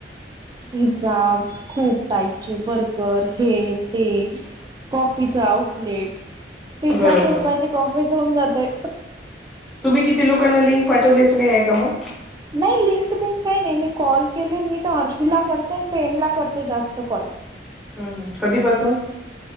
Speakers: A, on the right; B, in the centre.
A: पिझ्झाज खूप टाईपचे बर्गर हे ते. कॉफीच आउटलेट. तीन
B: बरोबर.
A: चारशे रुपयाची कॉफीच होऊन जाते.
B: तुम्ही किती लोकांना लिंक पाठवली असं काही आहे का मग?
A: नाही लिंक बिंक काही नाही. मी कॉल केले मी तर हर्षूला करते अन प्रेमला करते जास्त कॉल. ह
B: हम्म. कधीपासून?